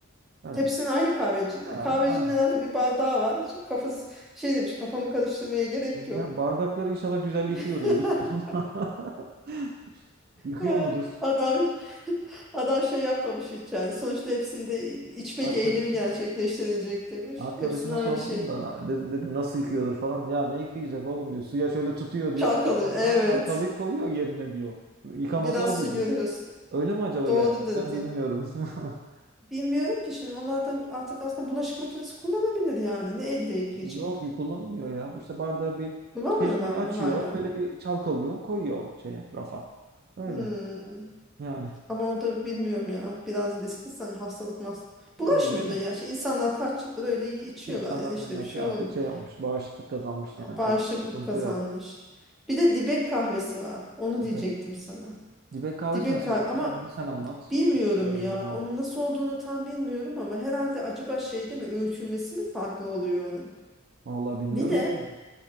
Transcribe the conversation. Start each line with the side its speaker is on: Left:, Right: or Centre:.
Right: Öyle.
Centre: Hepsinin aynı kahveci.
Right: Ya,
Centre: Kahvecinin
Right: aynen.
Centre: herhalde bir bardağı var. Hiç kafası şey demiş kafamı karıştırmaya gerek yok.
Right: Ya bardakları inşallah güzel yıkıyordur.
Centre: <laughs>
Right: Bilmiyorum. <laughs> Yıkıyor
Centre: He,
Right: mudur?
Centre: Adam <laughs> adam şey yapmamış hiç yani. Sonuçta hepsinde içmek
Right: Arkadaşım.
Centre: eğilimi gerçekleştirilecek demiş.
Right: Arkadaşıma
Centre: Hepsinin aynı
Right: sordum
Centre: şeyi.
Right: da dedim, dedim nasıl yıkıyordur falan. Ya ne yıkayacak oğlum diyor. Suya şöyle tutuyor diyor.
Centre: Çalkalı.
Right: Yalandan
Centre: Evet.
Right: çantalayıp koyuyor yerine diyor. Yıkaması
Centre: Biraz
Right: o dedi.
Centre: su görüyorsun.
Right: Öyle mi acaba
Centre: Doğru
Right: gerçekten
Centre: dedi.
Right: bilmiyorum. <laughs>
Centre: Bilmiyorum ki şimdi onlar da artık aslında bulaşık makinesi kullanabilir yani. Ne elde yıkayacak?
Right: Yok kullanmıyor ya. İşte bardağı bir
Centre: Kullanmıyorlar
Right: çeşmeyi açıyor.
Centre: mı hala?
Right: Şöyle bir çalkalıyor. Koyuyor o şeye rafa. Öyle.
Centre: Hmm.
Right: Yani
Centre: Ama o da bilmiyorum ya. Biraz riskli sanki hastalık mas. Bulaşmıyor
Right: öyle de.
Centre: da gerçi. İnsanlar kaç yıldır öyle içiyorlar
Right: İnsanlar
Centre: yani işte
Right: demek
Centre: bir şey
Right: ki artık
Centre: olmuyor.
Right: şey yapmış. Bağışıklık kazanmış yani.
Centre: Bağışıklık
Right: Çok bir sıkıntı
Centre: kazanmış.
Right: yok.
Centre: Bir de dibek kahvesi var. Onu diyecektim
Right: Dibek,
Centre: sana.
Right: dibek kahvesi
Centre: Dibek
Right: nasıl
Centre: kahve
Right: oluyor?
Centre: ama
Right: Onu sen anlat.
Centre: bilmiyorum
Right: Bilmiyorum
Centre: ya.
Right: ben.
Centre: Onun nasıl olduğunu tam bilmiyorum ama herhalde acaba şey değil mi? Öğütülmesi mi farklı oluyor onun?
Right: Vallahi bilmiyorum
Centre: Bir de
Right: ki.